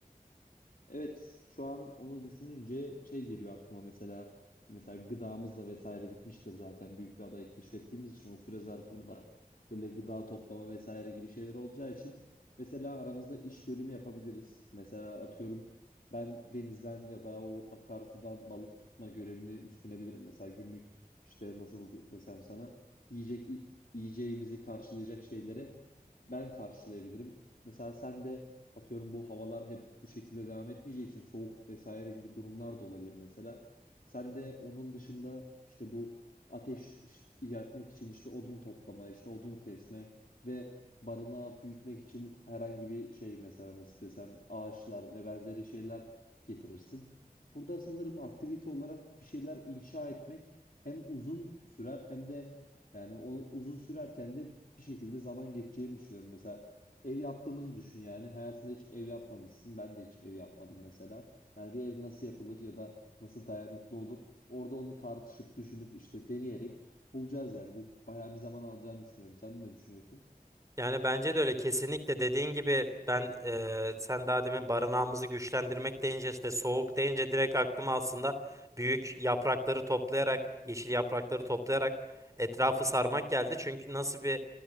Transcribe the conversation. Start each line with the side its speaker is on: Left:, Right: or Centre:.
Left: Evet, şu an onu düşününce şey geliyor aklıma mesela mesela gıdamız da vesaire bitmiştir zaten büyük bir adayı keşfettiğimiz için o süre zarfında böyle gıda toplama vesaire gibi şeyler olacağı için mesela aramızda iş bölümü yapabiliriz. Mesela atıyorum ben denizden ya da o akarsudan balık tutma görevini üstlenebilirim. Mesela günlük işte nasıl de- desem sana yiyecek yiyeceğimizi karşılayacak şeylere ben karşılayabilirim. Mesela sen de Atıyorum bu havalar hep bu şekilde devam etmeyeceği için soğuk vesaire gibi durumlar da olabilir mesela. Sen de onun dışında işte bu ateş iş- yakmak için işte odun toplama, işte odun kesme ve barınağı büyütmek için herhangi bir şey mesela nasıl desem ağaçlar ve benzeri şeyler getirirsin. Burada sanırım aktivite olarak bir şeyler inşa etmek hem uzun sürer hem de yani o uzun sürerken de bir şekilde zaman geçeceğini düşünüyorum. Mesela Ev yaptığımızı düşün yani. Hayatında hiç ev yapmamışsın. Ben de hiç ev yapmadım mesela. Yani bir ev nasıl yapılır ya da nasıl dayanıklı olur? Orada onu tartışıp, düşünüp işte deneyerek bulacağız yani. Bu bayağı bir zaman alacağını düşünüyorum. Sen ne düşünüyorsun?
Right: Yani bence de öyle kesinlikle dediğin gibi ben eee, sen daha demin barınağımızı güçlendirmek deyince işte soğuk deyince direkt aklıma aslında büyük yaprakları toplayarak yeşil yaprakları toplayarak etrafı sarmak geldi. Çünkü nasıl bir